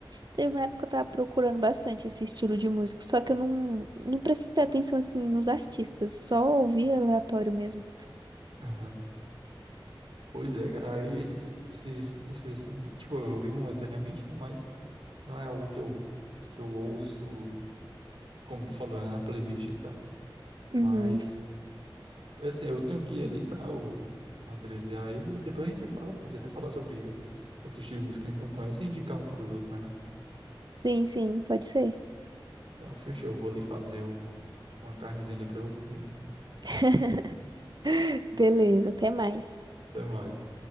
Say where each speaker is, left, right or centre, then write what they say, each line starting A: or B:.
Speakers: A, on the right; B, on the right.
A: Teve uma época que eu tava procurando bastante esse estilo de música, só que eu não, não prestei atenção assim nos artistas, só ouvi aleatório mesmo.
B: Aham. Pois é, cara, aí esses, esses, esses assim, tipo, eu vi momentaneamente, né, mas não é algo que eu, que eu ouço, como tu falou, né, na playlist e tal,
A: Uhum.
B: mas, assim, eu tenho que ir ali, tá, o Andres, e aí, aí depois a gente fala, pode até falar sobre outros assistir de música que a gente não conhece e indicar um pros outros, né, não?
A: Sim, sim, pode ser.
B: Então, fechou, eu vou ali fazer um, uma carnezinha ali pra eu comer.
A: <laughs> Beleza, até mais.
B: <laughs> Até mais.